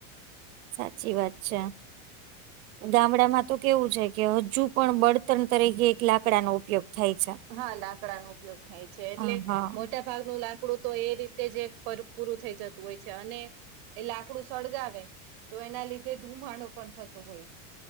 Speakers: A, on the right; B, on the right.
A: સાચી વાત છે. ગામડામાં તો કેવું છે કે હજુ પણ બળતણ તરીકે એક લાકડાનો ઉપયોગ થાય છે
B: હા લાકડાનો ઉપયોગ થાય છે એટલે
A: હ હા
B: મોટા ભાગનું લાકડું તો એ રીતે જ પૂરું થઈ જતું હોય છે અને એટ લાકડું સળગાવે તો એના લીધે ધુમાડો પણ થતો હોય છે.